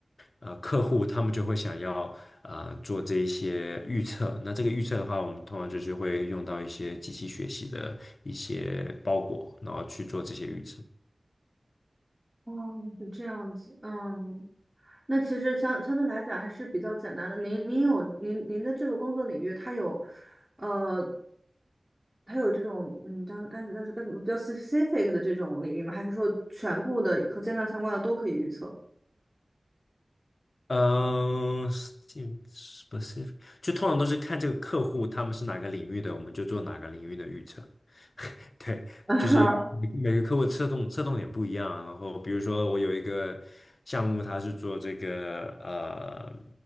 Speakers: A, on the left; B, on the right.
A: 呃客户他们就会想要呃做这一些预测，那这个预测的话，我们通常就是会用到一些机器学习的一些包裹，然后去做这些预测。
B: 哦，是这样子，嗯，那其实相相对来讲还是比较简单的。您您有您您的这个工作领域，它有，呃，它有这种嗯，当时该但是该怎么比较 specific 的这种领域吗？还是说全部的和健康相关的都可以预测？
A: 嗯，specific，就通常都是看这个客户他们是哪个领域的，我们就做哪个领域的预测。<laughs> 对，
B: <laughs> 啊
A: 就是每每个客户侧重侧重点不一样啊。然后比如说我有一个项目，它是做这个呃